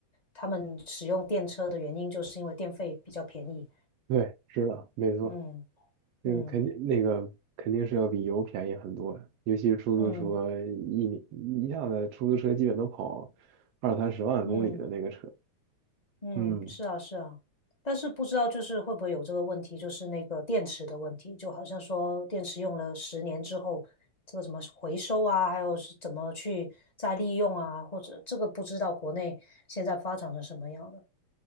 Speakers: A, on the left; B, on the right.
A: 他们使用电车的原因就是因为电费比较便宜。
B: 对，是的，没错。
A: 嗯
B: 那个肯定那个肯定是要比油便宜很多，
A: 嗯
B: 尤其是出租车，
A: 嗯
B: 一年一下子出租车基本都跑二三十万公里的那个车。
A: 嗯嗯，
B: 嗯，
A: 是啊，是啊，但是不知道就是会不会有这个问题，就是那个电池的问题，就好像说电池用了十年之后，这个怎么回收啊，还有是怎么去再利用啊，或者这个不知道国内现在发展成什么样了。